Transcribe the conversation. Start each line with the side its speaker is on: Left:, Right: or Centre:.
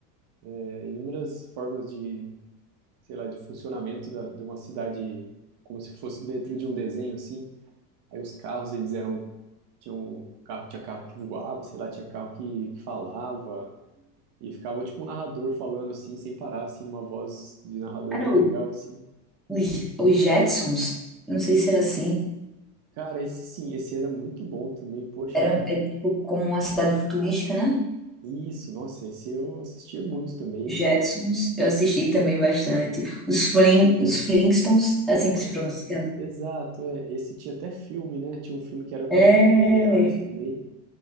Right: é, inúmeras formas de, sei lá, de funcionamento da, de uma cidade como se fosse dentro de um desenho assim. Aí os carros, eles eram, tinham carro, tinha carro que voava, sei lá, tinha carro que, que falava e ficava tipo um narrador falando assim, sem parar assim, numa voz de narrador
Centre: Era
Right: bem legal
Centre: o-
Right: assim.
Centre: os, os Jetsons. Não sei se era assim.
Right: Cara, esse sim, esse era muito bom também, poxa
Centre: Era
Right: vida.
Centre: é tipo como uma cidade futurística, né?
Right: Isso, nossa, esse eu assistia muito também.
Centre: Jetsons, eu assisti também bastante. Os Flin, os Flintstones, assim
Right: Nossa,
Centre: que se pronuncia.
Right: exato, é. Esse tinha até filme, né? Tinha um filme que era com
Centre: É,
Right: pessoas reais também.